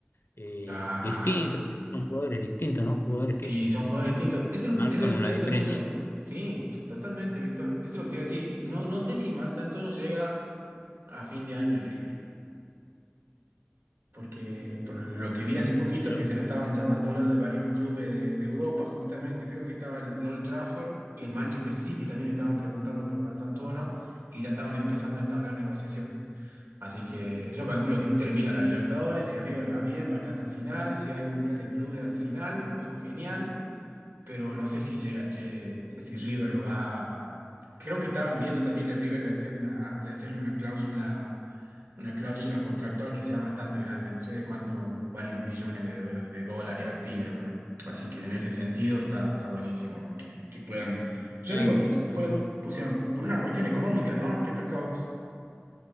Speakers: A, on the left (about 65°); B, on the right (about 85°).
A: eh,
B: Claro.
A: distinto, porque son jugadores distintos, ¿no? Jugadores
B: Sí,
A: que
B: son jugadores
A: te,
B: distintos. Eso
A: te
B: es,
A: marcan
B: lo que- eso es-
A: una
B: eso es
A: diferencia.
B: también lo- Sí, totalmente, Víctor. Eso es lo que te iba a decir. No, no sé si Man tanto no llega a fin de año en River, porque por lo
A: No,
B: que vi hace poquito
A: lo,
B: que ya estaban llamándolo de varios clubes de, de Europa, justamente, creo que estaba el Old Trafford y el Manchester City también estaban preguntando por Martantuono y ya estaban empezando a entablar negociaciones. Así que yo calculo que termina la Libertadores, si a River le va bien, va a estar hasta el final, si hay Mundial de Clubes al final, bueno, genial pero no sé si llega, che, si River lo va. Creo que estaban viendo también de River de hacer una, de hacerle una cláusula, una cláusula contractual que sea bastante grande, no sé de cuánto, varios millones de, do- de dólares al pibe, ¿o ¿no? Así que en ese sentido está, está buenísimo que, que puedan. Yo
A: claro,
B: digo,
A: claro.
B: por-
A: claro.
B: o sea, por una cuestión económica, ¿no? ¿Qué pensabas?